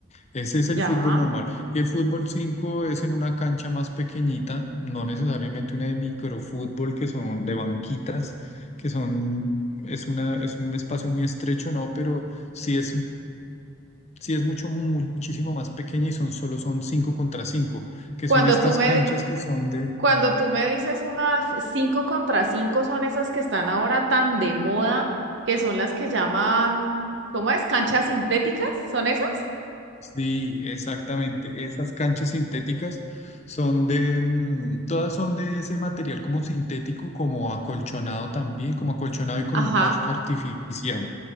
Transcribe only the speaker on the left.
Ese es el
fútbol normal. Y el fútbol 5 es en una cancha más pequeñita, no necesariamente una de microfútbol, que son de banquitas, que son, es una, es un espacio muy estrecho, no, pero sí es Sí, es mucho, muchísimo más pequeña y son solo son 5 contra 5 que
son estas
canchas
que son de,
sí, exactamente, esas canchas sintéticas son de, mm, todas son de ese material como sintético, como acolchonado también, como acolchonado y con
un pasto artificial.